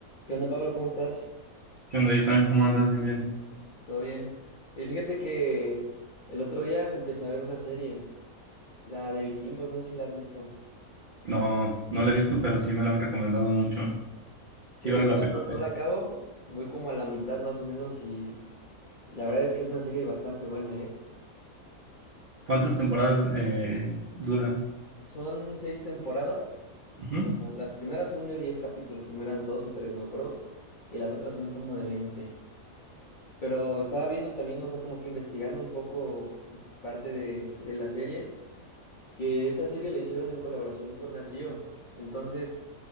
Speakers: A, on the left; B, on the right.
A: ¿Qué onda, Pablo? ¿Cómo estás?
B: ¿Qué onda, Itan? ¿Cómo andas? Bien, bien.
A: ¿Todo bien? Oye, fíjate que el otro día empecé a ver una serie, la de Vikingos, no sé si la has visto.
B: No, no la he visto, pero sí me la han recomendado mucho. Sí
A: Digo,
B: vale
A: yo
B: la
A: todavía
B: pena.
A: no, no la acabo, voy como a la mitad más o menos y, y la verdad es que es una serie bastante buena, ¿eh?
B: ¿Cuántas temporadas eh, dura?
A: Son seis temporadas,
B: Ujú,
A: como las primeras son de 10 capítulos, primeras dos o tres, no me acuerdo, y las otras son como de 20. Pero estaba viendo también, o sea, como que investigando un poco parte de, de la serie. que esa serie la hicieron en colaboración con Nat Geo. Entonces,